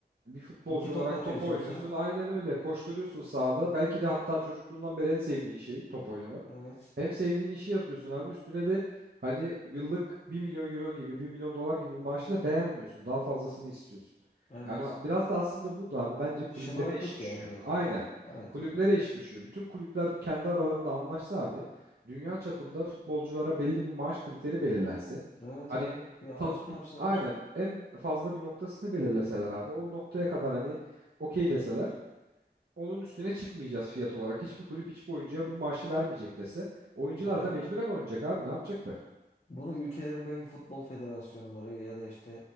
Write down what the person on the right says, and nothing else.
bir futbolcu
olarak
top oynuyorsun.
Aynen öyle.
Koşturuyorsun sahada. Belki de hatta çocukluğundan beri en sevdiğin şey top oynamak.
Hem sevdiğin işi yapıyorsun abi. Üstüne de hani yıllık bir milyon euro gibi bir milyon dolar gibi bir maaşı da beğenmiyorsun. Daha fazlasını istiyorsun.
Yani biraz da aslında burada abi bence kulüplere
iş düşüyor.
Aynen.
Kulüplere
iş düşüyor. Bütün kulüpler kendi aralarında anlaşsa abi dünya çapında futbolculara belli bir maaş kriteri belirlense.
Hani
Tab
aynen en fazla bir noktasını belirleseler abi o noktaya kadar hani okey deseler onun üstüne çıkmayacağız fiyat olarak. Hiçbir kulüp hiçbir oyuncuya bu maaşı vermeyecek dese oyuncular
da mecburen oynayacak abi ne yapacaklar?